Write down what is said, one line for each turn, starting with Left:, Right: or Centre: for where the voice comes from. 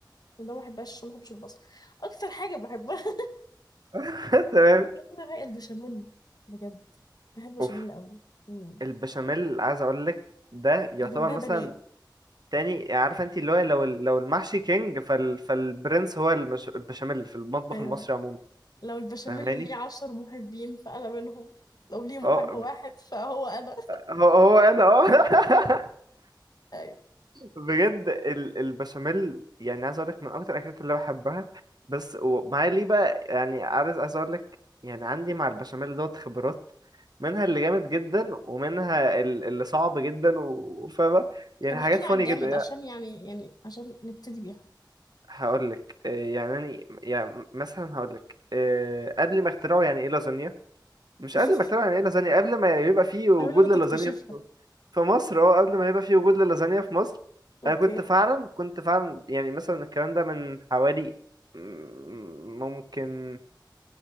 Left: ده ما بحبهاش عشان ما بحبش البصل اكتر حاجه بحبها <laughs>
Right: <laughs> تمام
Left: اكتر حاجه البشاميل بجد بحب البشاميل
Right: اوف
Left: قوي امم
Right: البشاميل عايز اقول لك ده يعتبر
Left: وجنبها
Right: مثلا
Left: بانيه
Right: تاني يعني عارفه انت اللي هو لو ال- لو المحشي كينج فال فالبرنس هو المش... البشاميل في المطبخ
Left: ايوه
Right: المصري عموما
Left: لو البشاميل
Right: فاهماني
Left: اللي ليه عشر محبين فانا منهم لو ليه محب
Right: اه
Left: واحد فهو انا
Right: هو هو انا اه <laughs>
Left: ايوه
Right: بجد ال- البشاميل يعني عايز اقول لك من اكتر الاكلات اللي بحبها بس ومعايا ليه بقى يعني عايز عايز اقول لك يعني عندي مع البشاميل دوت خبرات منها اللي جامد جدا ومنها ال- اللي صعب جدا و- وفاهمة يعني
Left: طب احكي
Right: حاجات
Left: لي
Right: فاني
Left: على الجامد
Right: جدا يعني
Left: عشان يعني يعني عشان نبتدي بيها
Right: هقول لك يعني أنا- يعني مثلا هقول لك قبل ما اخترعوا يعني ايه لازانيا مش
Left: <laughs>
Right: قبل ما اخترع يعني ايه لازانيا قبل ما يبقى في وجود
Left: قبل ما تكتشفها
Right: للازانيا في مصر في مصر اه قبل ما يبقى في وجود للازانيا في مصر
Left: اوكي
Right: انا كنت فعلا كنت فعلا يعني مثلا الكلام ده من حوالي م- ممكن